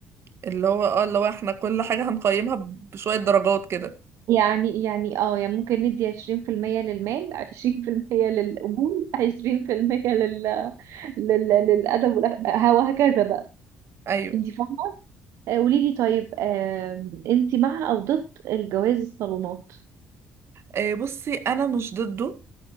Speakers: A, on the right; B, on the right.
A: اللي هو اه اللي هو احنا كل حاجة هنقيمها بشوية درجات كده
B: يعني يعني اه يعني ممكن ندي عشرين في المية للمال عشرين في المية للقبول عشرين في المية لل... لل... للأدب والأخ- وهكذا بقى
A: ايوه
B: انت فاهمة آه، قولي لي طيب انت مع أو ضد الجواز الصالونات
A: آه بصي انا مش ضده